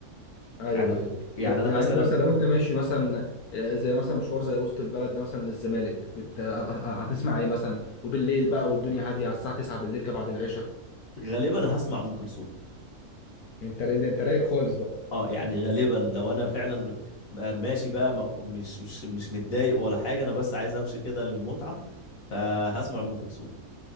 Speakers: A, on the left (about 85°); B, on the left (about 65°).
A: ايوه
B: يعني
A: ايوه
B: يعني
A: طب
B: انا
A: يعني
B: مثلا
A: انت مثلا لو انت ماشي مثلا آه، زي مثلا مشوار زي وسط البلد ده مثلا للزمالك بت... آه، آه، آه، هتسمع ايه مثلا وبالليل بقى والدنيا هاديه على الساعه 9 بالليل كده بعد العشاء
B: غالبا هسمع ام كلثوم
A: انت ده انت رايق خالص بقى
B: اه يعني غالبا لو انا فعلا م- ماشي بقى ما ك- مش مش مش متضايق ولا حاجه انا بس عايز امشي كده للمتعه فهسمع ام كلثوم